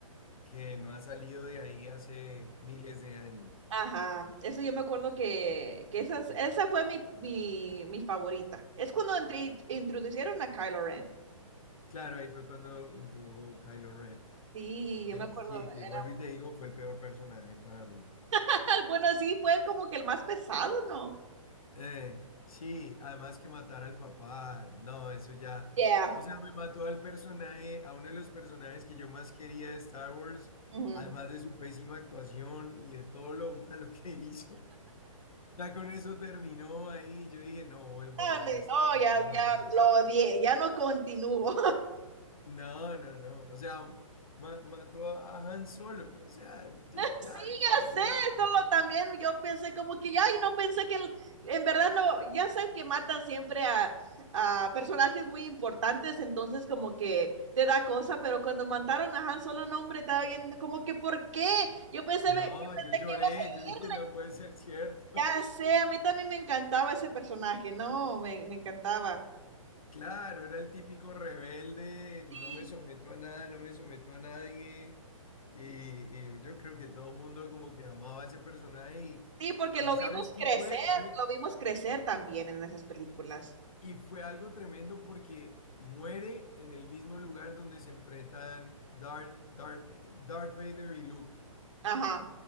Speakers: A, on the left; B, on the right.
A: que no ha salido de ahí hace miles de años.
B: Ajá, eso yo me acuerdo que, que esas, esa fue mi, mi, mi favorita. Es cuando entre- introducieron a Kylo Ren.
A: Claro, ahí fue cuando introdujo Kylo Ren.
B: Sí, yo
A: Eh,
B: me acuerdo,
A: sí, que vuelvo
B: era,
A: y te digo, fue el peor personaje para mí.
B: <laughs> bueno, sí, fue como que el más pesado, ¿no?
A: Eh, sí, además que matar al papá, no, eso ya.
B: Yeah.
A: O sea, me mató al personaje, a uno de los personajes que yo más quería de Star Wars,
B: ujú.
A: además de su pésima actuación y de todo lo <laughs> malo que hizo. Ya con eso terminó ahí. Yo dije, no vuelvo
B: Dale,
A: a ver a este
B: no,
A: tipo
B: ya, ya
A: jamás.
B: lo odié, ya no continúo.
A: No, no, no. O sea, ma- mató a a Han Solo. O sea, ya, ya
B: Sí,
A: no, olvídate.
B: ya sé, solo
A: man.
B: también yo pensé como que ay no pensé que el- en verdad no, ya sé que matan siempre a, a personajes muy importantes, entonces como que te da cosa, pero cuando mataron a Han Solo, no, hombre, estaba viendo como que ¿por qué? Yo pensé,
A: No,
B: me- yo pensé
A: yo lloré.
B: que iba a seguir,
A: Yo dije, no puede ser cierto.
B: ya sé, a mí también me encantaba ese personaje, no, me, me encantaba.
A: Claro, era el típico rebelde, no
B: Sí,
A: me someto a nada, no me someto a nadie. Y, y yo creo que todo el mundo como que amaba a ese personaje. Y,
B: sí, porque
A: y
B: lo
A: ¿sabes
B: vimos
A: qué
B: crecer,
A: fue? Fue-
B: lo vimos crecer también en esas películas.
A: Y fue algo tremendo porque muere en el mismo lugar donde se enfrentan Darth, Darth, Va- Darth Vader y Luke,
B: Ajá.